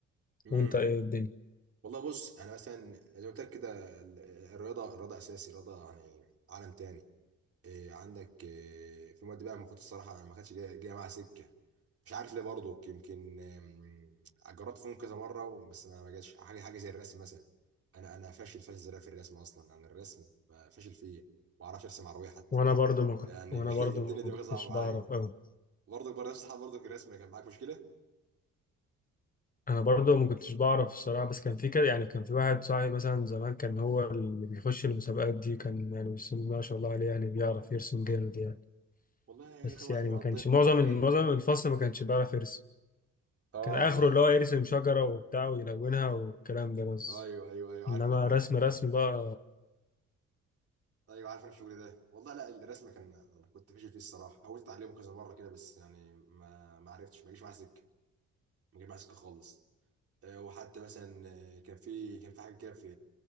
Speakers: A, on the right; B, on the left.
A: فيها
B: وانت ايه الدنيا
A: والله بص انا مثلا زي ما قلت لك كده ال- الرياضه الرياضه اساسي الرياضه يعني عالم تاني إيه عندك إيه في مواد بقى ما كنت الصراحه ما كانتش جايه جايه معاها سكه مش عارف ليه برضه يمكن آم، جربت فيهم كذا مره و- بس ما ما جاتش حاجه حاجه زي الرسم مثلا انا انا فاشل فاشل زيادة في الرسم اصلا يعني الرسم ما فاشل فيه ما اعرفش ارسم عربيه حتى
B: وانا برضو ما كنت
A: يعني
B: وانا برضو
A: <laughs> الدنيا
B: ما كنتش
A: دي بقى صعبه معايا
B: بعرف أوي
A: برضك بقى نفس الحال برضك الرسم كان معاك مشكله
B: انا برضو ما كنتش بعرف الصراحه بس كان في كده يعني كان في واحد صاحبي مثلا زمان كان هو اللي بيخش المسابقات دي كان يعني بسم الله ما شاء الله عليه يعني بيعرف يرسم جامد يعني
A: والله
B: بس
A: كان واحد
B: يعني
A: مقضيها
B: ما كانش معظم
A: امم
B: معظم الفصل ما كانش بيعرف يرسم
A: اه
B: كان اخره
A: عندنا
B: اللي هو يرسم شجره وبتاع ويلونها والكلام ده بس
A: ايوه ايوه ايوه عارف
B: انما
A: انا
B: رسم رسم بقى
A: ايوه عارف أنا الشغل ده والله لا الرسم كان أنا كنت فاشل فيه الصراحه حاولت اتعلمه كذا مره كده بس يعني ما ما عرفتش ما جيش معاه سكه ما جيش معاه سكه خالص آه، وحتى مثلا آه، كان في كان في حاجه كده في